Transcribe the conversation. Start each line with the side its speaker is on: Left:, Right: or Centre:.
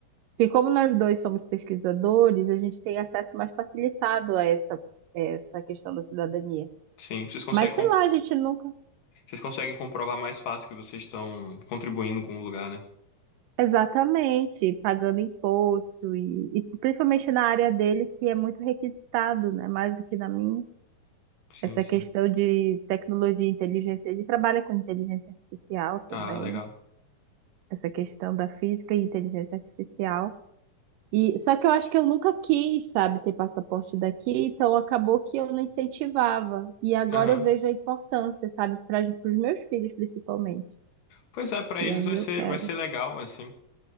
Right: Porque como nós dois somos pesquisadores, a gente tem acesso mais facilitado a essa, essa questão da cidadania.
Left: sim. Vocês conseguem
Right: Mas sei lá, a gente nunca.
Left: Vocês conseguem comprovar mais fácil que vocês estão contribuindo com o lugar, né?
Right: Exatamente, pagando imposto e, e principalmente na área dele que é muito requisitado, né? Mais do que na minha.
Left: Sim,
Right: essa
Left: sim.
Right: questão de tecnologia e inteligência, ele trabalha com inteligência artificial também,
Left: Ah, legal.
Right: essa questão da física e inteligência artificial. E só que eu acho que eu nunca quis, sabe, ter passaporte daqui, então acabou que eu não incentivava. E agora
Left: Aham.
Right: eu vejo a importância, sabe, para os meus filhos principalmente.
Left: Pois é, pra
Right: E
Left: eles
Right: aí
Left: vai
Right: eu
Left: ser,
Right: quero.
Left: vai ser legal, assim.